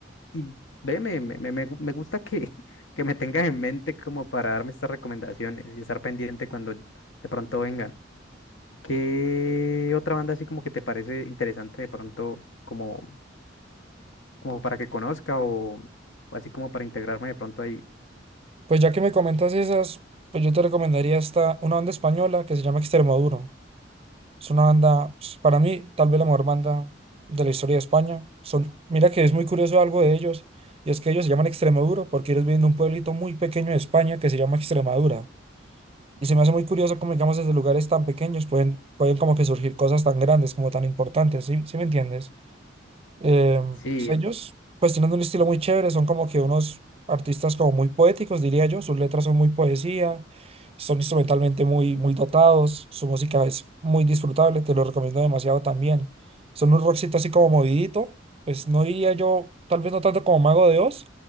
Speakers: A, on the left; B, on the right.
A: y ve, me, me, me, me gu- me gusta que, <laughs> que me tengas en mente como para darme estas recomendaciones y estar pendiente cuando de pronto vengan. ¿Qué otra banda así como que te parece interesante de pronto como, como para que conozca o, o así como para integrarme de pronto ahí?
B: Pues ya que me comentas esas, pues yo te recomendaría esta, una banda española que se llama Extremoduro. Es una banda, pues, para mí, tal vez la mejor banda de la historia de España. Son, mira que es muy curioso algo de ellos, y es que ellos se llaman Extremoduro porque ellos vienen de un pueblito muy pequeño de España que se llama Extremadura. Y se me hace muy curioso cómo, digamos, desde lugares tan pequeños pueden, pueden como que surgir cosas tan grandes, como tan importantes, ¿sí? ¿Sí me entiendes? Eh,
A: Sí,
B: pues ellos, pues tienen un estilo muy chévere, son como que unos artistas como muy poéticos, diría yo, sus letras son muy poesía, son instrumentalmente muy, muy dotados, su música es muy disfrutable, te lo recomiendo demasiado también. Son un rockcito así como movidito, pues no diría yo, tal vez no tanto como Mago de Oz,